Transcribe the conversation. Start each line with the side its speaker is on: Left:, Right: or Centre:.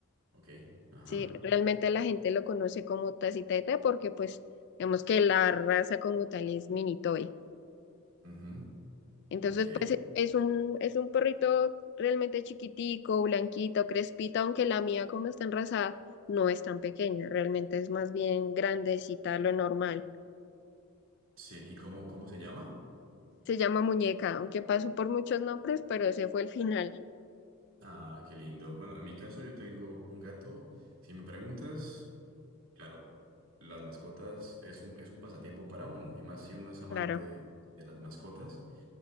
Right: ok, ajá,
Left: Sí, realmente la gente lo conoce como tacita de té porque pues vemos que la raza como tal es mini toy.
Right: ujú,
Left: Entonces
Right: ok.
Left: pues e- es un, es un perrito realmente chiquitico, blanquito, crespito, aunque la mía como está enrasada no es tan pequeña, realmente es más bien grandecita, a lo normal.
Right: Sí, ¿y cómo, cómo se llama?
Left: Se llama muñeca, aunque pasó por muchos nombres, pero ese fue el final,
Right: Ah, qué lindo. Bueno, en mi caso yo tengo un gato. Si me preguntas, claro, las mascotas es un, es un pasatiempo para uno, y más si uno es amante
Left: claro.
Right: de las mascotas.